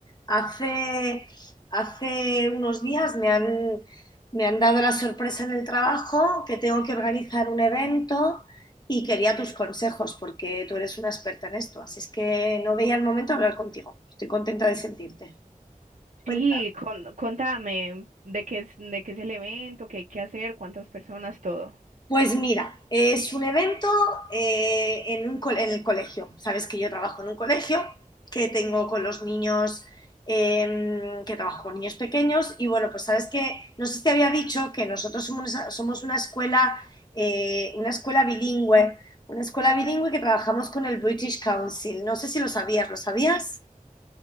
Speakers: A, on the left (about 30°); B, on the right (about 65°).
A: hace, hace unos días me han, me han dado la sorpresa en el trabajo que tengo que organizar un evento y quería tus consejos porque tú eres una experta en esto. Así es que no veía el momento de hablar contigo. Estoy contenta de sentirte.
B: Sí,
A: Cuéntame.
B: con- contame de qué es, de qué es el evento, qué hay que hacer, cuántas personas, todo.
A: Pues mira, es un evento eh, en un co- en el colegio. Sabes que yo trabajo en un colegio, que tengo con los niños, eh, que trabajo con niños pequeños. Y bueno, pues sabes que, no sé si te había dicho que nosotros somos, somos una escuela, eh, una escuela bilingüe, una escuela bilingüe que trabajamos con el British Council. No sé si lo sabías, ¿lo sabías?